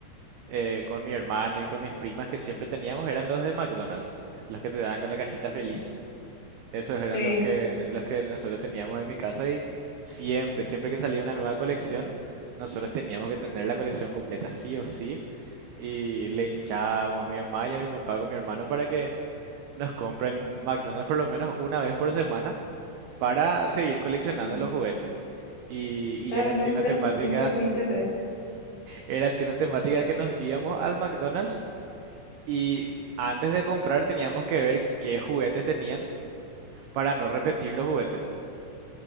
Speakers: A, on the right; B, on the left.
A: eh, con mi hermano y con mis primas que siempre teníamos eran los de McDonald's, los que te daban con la cajita feliz.
B: Sí.
A: Esos
B: Sí,
A: eran los que, los que nosotros teníamos en mi casa y siempre, siempre que salía una nueva colección, nosotros teníamos que tener la colección completa sí o sí y le hinchábamos a mi mamá y a mi papá con mi hermano para que nos compren McDonald's por lo menos una vez por semana para seguir coleccionando
B: mm,
A: los juguetes. Y,
B: totalmente
A: y era así
B: un,
A: una
B: preju-
A: temática,
B: un perjuicio
A: era así una temática que nos íbamos al McDonald's Y antes de comprar teníamos que ver qué juguetes tenían para no repetir los juguetes.